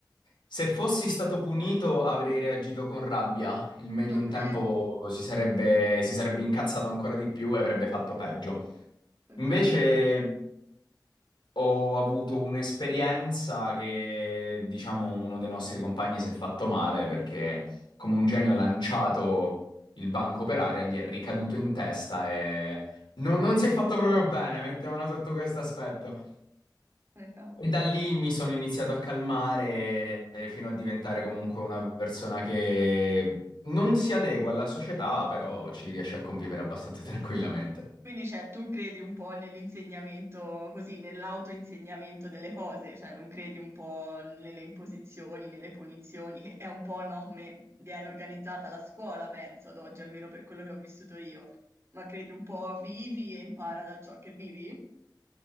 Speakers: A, on the left (about 80°); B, on the right (about 35°).
A: se fossi stato punito avrei reagito con rabbia. Il medium
B: Ok,
A: tempo si sarebbe, si sarebbe incazzato ancora di più e avrebbe fatto peggio.
B: ok,
A: Invece Ho avuto un'esperienza che, diciamo, uno dei nostri compagni si è fatto male perché come un genio ha lanciato il banco per aria, gli è ricaduto in testa e non, non si è fatto proprio bene, mettiamola sotto questo aspetto.
B: eh, cavolo.
A: E da lì mi sono iniziato a calmare eh, fino a diventare comunque una persona che non si adegua alla società, però ci riesce a convivere abbastanza <laughs> tranquillamente.
B: Quindi, cioè, tu credi un po' nell'insegnamento, così, nell'autoinsegnamento delle cose, cioè non credi un po' nelle imposizioni, nelle punizioni, che è un po', no, come viene organizzata la scuola, penso, ad oggi, almeno per quello che ho vissuto io. Ma credi un po' vivi e impara da ciò che vivi?